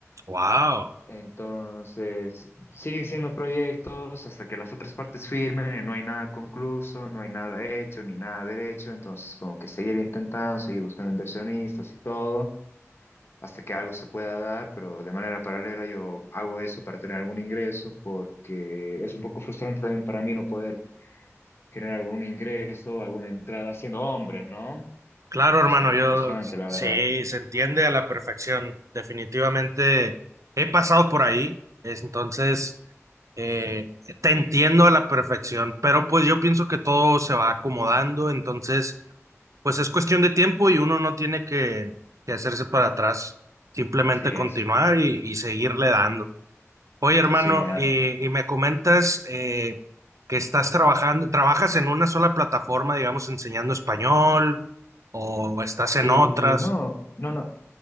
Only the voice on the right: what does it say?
Wow.
Claro, hermano,
yo
sí,
se entiende a la perfección. Definitivamente he pasado por ahí, es- entonces eh, te entiendo a la perfección, pero pues yo pienso que todo se va acomodando, entonces pues es cuestión de tiempo y uno no tiene que, que hacerse para atrás, simplemente
continuar
y y seguirle dando. Oye, hermano,
y,
y me comentas eh, que estás trabajando, trabajas en una sola plataforma, digamos, enseñando español, o estás en
otras,